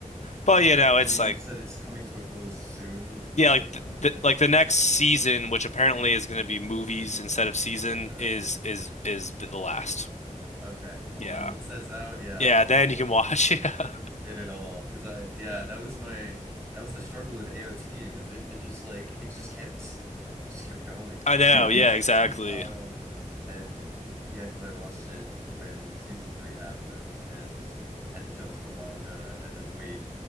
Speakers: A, on the left; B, on the right.
A: But
B: Okay.
A: you know, it's
B: And you
A: like
B: said it's coming to a close soon. It's
A: yeah,
B: like
A: like
B: not
A: the, the
B: out yet.
A: like the next season, which apparently is gonna be movies instead of season,
B: Okay.
A: is is is the last.
B: Okay. Well,
A: Yeah,
B: then once that's out, yeah,
A: yeah.
B: I'll
A: Then
B: I'll
A: you can watch. <laughs> Yeah,
B: hit it all because I yeah that was my that was the struggle with AOT was it, it just like it just kept just kept going
A: I know.
B: <laughs>
A: Yeah, exactly.
B: um and it- yeah because I watched it when season three happened and had to jump to the manga and then wait